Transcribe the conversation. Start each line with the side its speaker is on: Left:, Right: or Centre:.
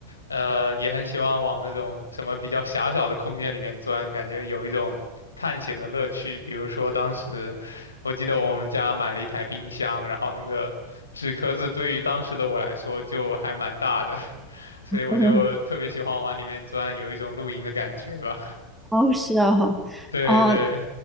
Left: 呃，也很喜欢往那种什么比较狭小的空间里面钻，感觉有一种探险的乐趣。比如说，当时我记得我们家买了一台冰箱，然后那个纸壳子对于当时的我来说就还蛮大的，<laughs> 所以我就特别喜欢往里面钻，
Centre: <laughs> 嗯，
Left: 有一种露营的感觉吧。
Centre: 哦，是哦，
Left: <laughs> 对对。
Centre: 哦，